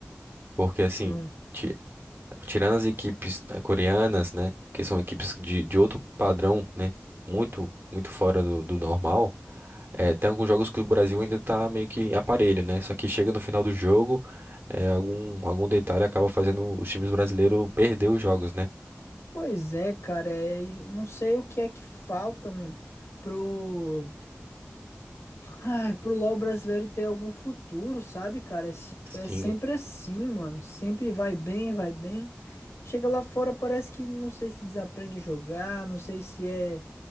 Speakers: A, on the right; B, on the left.
A: Porque assim.
B: Ah,
A: ti- Tirando as equipes, né, coreanas, né? Que são equipes de, de outro padrão, né? Muito, muito fora do, do normal. É, tem alguns jogos que o Brasil ainda tá meio que aparelho, né? Só que chega no final do jogo, é, algum, algum detalhe acaba fazendo os times brasileiros perder os jogos, né?
B: Pois é, cara, é, e não sei o que é que falta, mano, pro Ai, pro LoL brasileiro ter algum futuro, sabe, cara? Esse- é
A: Sim.
B: sempre assim, mano. Sempre vai bem, vai bem. Chega lá fora, parece que não sei se desaprende a jogar, não sei se é,